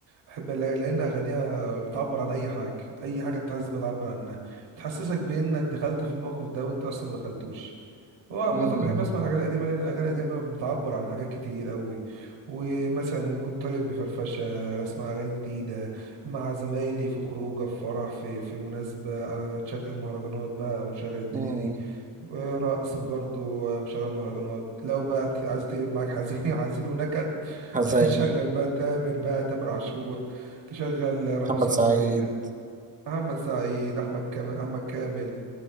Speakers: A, on the right (about 65°); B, on the right (about 15°).
A: أحب لا- لأن أغانيها بتعبر عن أي حاجة أي حاجة أنت حاسس بتعبر عنها بتحسسك بأنك دخلت في الموقف ده وأنت أصلا ما دخلتوش هو عامة
B: امم
A: بحب أسمع الأغاني القديمة لأن الأغاني القديمة بتعبر عن حاجات كتير أوي ومثلا مود طالب بفرفشة أسمع أغاني جديدة مع زمايلي في خروجه في فرح في في مناسبة أشغل مهرجانات بقى ونشغل الدنيا
B: امم
A: دي رقص برضو مشغل مهرجانات لو بقى ت- عايز تقلب معاك حزين <laughs> حزين ونكد <laughs>
B: زي
A: شغل بقى تامر بقى تامر عاشور تشغل رامي
B: محمد
A: صبري
B: سعيد
A: محمد سعيد احمد كامل احمد كامل